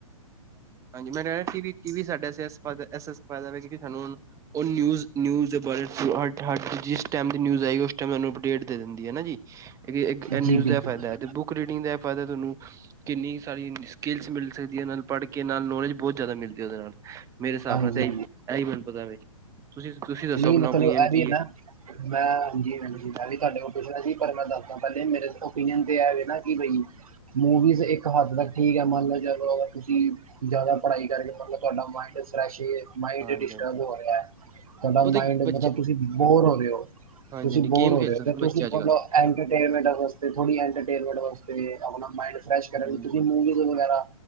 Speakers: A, on the right; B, on the right.
A: ਹਾਂਜੀ ਮੈਂ ਕਹਿ ਟੀਵੀ ਸਾਡਾ ਟੀਵੀ ਏਸ ਏਸ ਸਪਾ ਦਾ ਇਹ ਸਾਨੂੰ ਹੁਣ ਉਹ ਨਿਊਜ, ਨਿਯੂਜ ਦੇ ਬਾਰੇ ਹਟ ਹਟ ਜਿਸ ਟੈਮ ਦੀ ਨਿਯੂਜ ਆਈ ਉਸ ਟਾਈਮ ਮੈਂਨੂੰ ਅਪਢੇਟ ਦੇ ਦਿੰਦੀ ਆ ਨਾ ਜੀ ਇਕ, ਇਕ
B: ਜੀ
A: ਨਿਊਜ਼
B: ਬਿਲਕੁਲ
A: ਦਾ ਇਹ ਫਾਇਦਾ ਹੈ ਤੇ ਬੁੱਕ ਬੁਕ ਰੀਡਿੰਗ ਦਾ ਇਹ ਫਾਇਦਾ ਤੁਹਾਨੂੰ, ਕਿੰਨੀ ਸਾਰੀ ਸਕਿਲਸ ਮਿਲ ਸਕਦੀਆਂ ਇਹਨਾ ਨੂੰ ਪੜ੍ਹ ਕੇ ਨਾਲ ਨੌਲੇਜ ਬਹੁਤ ਜ਼ਿਆਦਾ ਮਿਲਦੀ ਉਹਦੇ ਨਾਲ, ਮੇਰੇ ਹਿਸਾਬ
B: ਹਾਂਜੀ
A: ਨਾਲ ਤਾਂ ਐ
B: ਹਾਂਜੀ
A: ਐਹੀ ਮੈਨੂੰ ਪਤਾ ਵੇ, ਤੁਸੀਂ ਤੁਸੀਂ ਦੱਸੋ
B: ਨਹੀਂ
A: ਆਪਣਾ
B: ਮਤਲਬ,
A: ਓਪੀਨੀਅਨ
B: ਐਹ ਵੀ
A: ਕੀ
B: ਹੈ ਨਾ, ਮੈਂ ਹਾਂਜੀ-
A: ਹੈ
B: ਹਾਂਜੀ ਮੈਂ ਵੀ ਤਾਡੇ ਕੋਲ ਪੁੱਛਣਾ ਸੀ ਪਰ ਮੈਂ ਦੱਸਦਾ ਪਹਿਲੇ, ਮੇਰੇ ਓਪੀਨੀਅਨ ਤੇ ਐਹ ਆ ਨਿ ਕੀ ਬਈ ਮੂਵੀਜ਼ ਇੱਕ ਹੱਦ ਤੱਕ ਠੀਕ ਐ, ਮੰਨ ਲਓ ਚਲੋ ਅਗਰ ਤੁਸੀਂ ਜ਼ਿਆਦਾ ਪੜ੍ਹਾਈ ਕਰਕੇ ਮਤਲਬ ਤੁਹਾਡਾ ਮਾਇੰਡ ਫਰੈਸ਼ ਏ, ਮਾਇਡ
A: ਹਾਂਜੀ
B: ਡਿਸਟਰਬ
A: ਹਾਂਜੀ
B: ਹੋ ਰਿਹਾ ਤਾਡਾ
A: ਉਹ ਤੇ
B: ਮਾਇੰਡ
A: ਬੱਚੇ
B: ਮਤਲਬ ਤੁਸੀਂ ਬੋਰ ਹੋ ਰਹੇ ਹੋ,
A: ਹਾਂਜੀ
B: ਤੁਸੀਂ
A: ਹਾਂਜੀ
B: ਬੋਰ
A: ਗੇਮ
B: ਹੋ
A: ਖੇਲ
B: ਰਹੇ ਹੋ,
A: ਸਕਦੇ ਨੇ
B: ਤੁਸੀਂ
A: ਬੱਚੇ
B: ਸਿਰਫ
A: ਅੱਜ ਕੱਲ੍ਹ
B: ਆਪਣਾ ਐੰਟਰਟੇਨਮੈਂਟ ਵਾਸੜੇ ਥੋੜੀ ਐੰਟਰਟੇਨਮੈਂਟ ਵਾਸਤੇ ਆਪਣਾ ਮਾਇੰਡ ਫਰੈਸ਼ ਕਰਨ
A: ਹਾਂਜੀ
B: ਵਾਸਤੇ ਤੁਸੀਂ ਮੂਵੀ ਮੂਵੀ ਵਗੈਰਾ